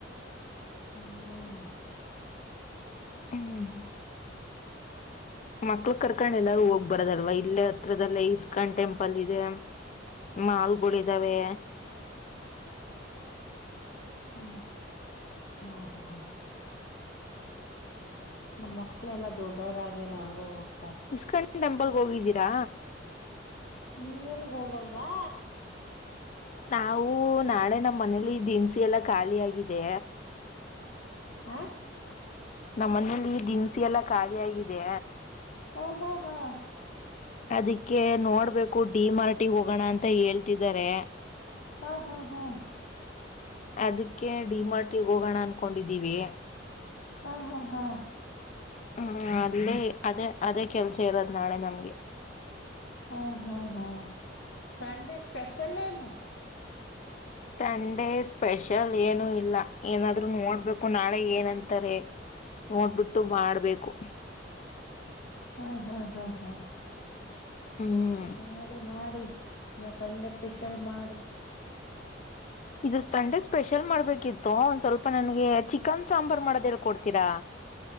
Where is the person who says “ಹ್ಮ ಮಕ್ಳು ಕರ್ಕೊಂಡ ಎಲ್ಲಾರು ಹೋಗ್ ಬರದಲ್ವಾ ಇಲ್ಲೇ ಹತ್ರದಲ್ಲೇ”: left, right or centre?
Left